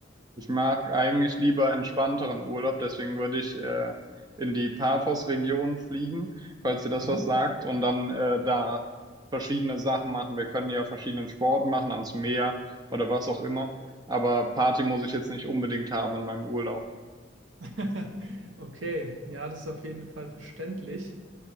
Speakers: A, on the right; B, on the right.
A: Ich mag eigentlich lieber entspannteren Urlaub, deswegen würde ich äh, in die Paphos-Region fliegen, falls dir das
B: Mhm.
A: was sagt, und dann äh, da verschiedene Sachen machen. Wir können ja verschiedenen Sport machen, ans Meer oder was auch immer. Aber Party muss ich jetzt nicht unbedingt haben in meinem Urlaub.
B: <laughs> Okay, ja, das ist auf jeden Fall verständlich.